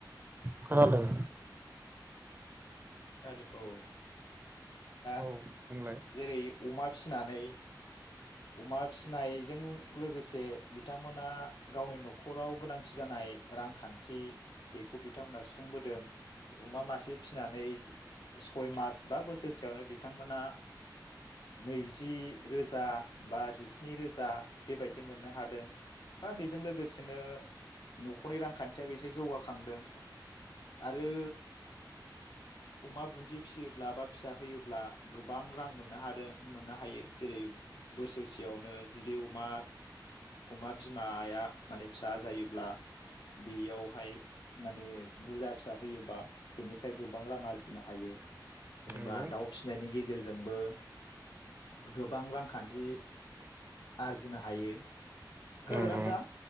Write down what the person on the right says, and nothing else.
खोनादों।
औ बुंलाय
नंगौ
नंगौ